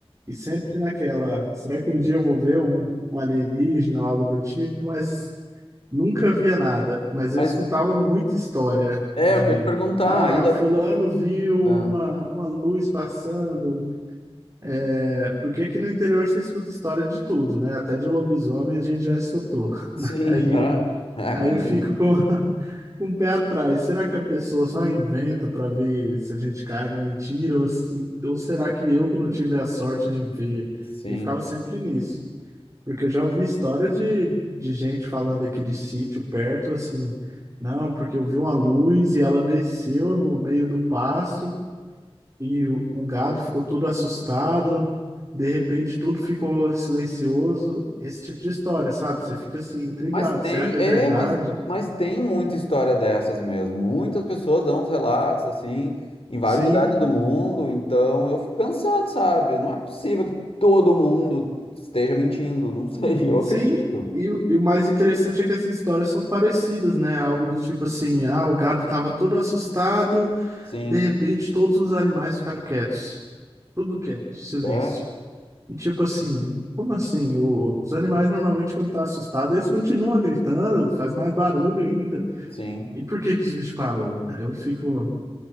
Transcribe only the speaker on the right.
E sempre naquela, será que um dia eu vou ver um, um alienígena ou algo do tipo? Mas nunca via nada. Mas eu
escutava muita história
de,
ah,
fulano viu
uma, uma luz passando. É, por que que no interior você escuta história de tudo, né? Até de lobisomem a gente já escutou. <laughs>
Aí,
aí
eu fico com, <laughs> com o pé atrás. Será que a pessoa só inventa para ver se a gente cai na mentira? Ou, se, ou será que eu que não tive a sorte de ver?
E eu ficava sempre nisso. Porque eu já ouvi histórias de, de gente falando aqui de sítio perto, assim, não, porque eu vi uma luz e ela desceu no meio do pasto e o, o gado ficou todo assustado, de repente tudo ficou silencioso, esse tipo de história, sabe? Você fica assim, intrigado,
será que é
verdade?
Sim,
sim, e, o- e o mais interessante é que essas histórias são parecidas, né? Algo do tipo assim, ah, o gado estava todo assustado,
de repente todos os animais ficaram quietos. Tudo quieto, silêncio.
E tipo assim, como assim? O- os animais normalmente quando tá assustado, eles continuam gritando, faz mais barulho ainda.
E por que que os bichos parou? Eu fico,